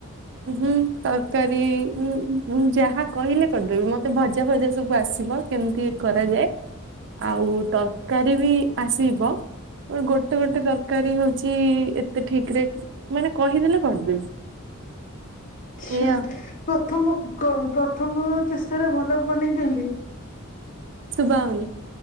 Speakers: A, on the right (about 60°); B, on the left (about 40°).
A: ହୁଁ ତରକାରୀ ଉଁ ଯାହା କହିଲେ କରିଦେବି ମତେ ଭଜା ଭଜା ସବୁ ଆସିବ କେମିତି କରାଯାଏ ଆଉ ତରକାରୀ ବି ଆସିବ ଗୋଟେ ଗୋଟେ ତରକାରୀ ହଉଛି ଏତେ ଠିକରେ ମାନେ କହିଦେଲେ କରିଦେବି।
B: ଆଛା
A: ଏଇଆ
B: ପ୍ରଥମ କ ପ୍ରଥମ ଚେଷ୍ଟାରେ ଭଲ ବନେଇ ଦିଅନ୍ତି?
A: ସୁୁଭାହୋଉନି।